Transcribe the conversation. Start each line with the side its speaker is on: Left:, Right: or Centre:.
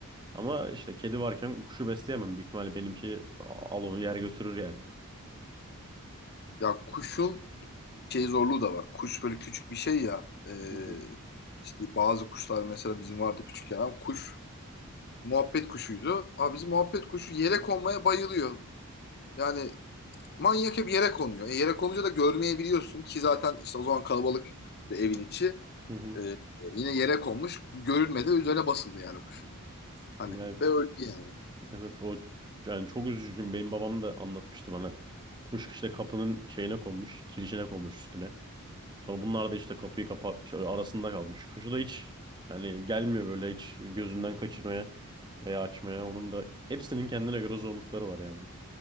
Right: Ama işte kedi varken kuşu besleyemem. Büyük ihtimalle benimki a- al onu yer götürür yani.
Left: Ya kuşun şey zorluğu da var. Kuş böyle küçük bir şey ya. Ee,
Right: Hı hı.
Left: işte bazı kuşlar mesela bizim vardı küçükken. Abi kuş muhabbet kuşuydu. Abi bizim muhabbet kuşu yere konmaya bayılıyor. Yani manyak hep yere konuyor. E, yere konunca da görmeyebiliyorsun ki zaten işte o zaman kalabalık da evin içi.
Right: Hı hı.
Left: Ee, yine yere konmuş. Görülmedi. Üzerine basıldı yani kuşun. Hani
Right: Yani
Left: ve öldü yani.
Right: Evet o yani çok üzücü. Benim babam da anlatmıştı bana. Kuş işte kapının şeyine konmuş, kirişine konmuş üstüne. Sonra bunlar da işte kapıyı kapatmış, öyle arasında kalmış. Kuşu da hiç yani gelmiyor böyle hiç gözünden kaçırmaya veya açmaya. Onun da hepsinin kendine göre zorlukları var yani.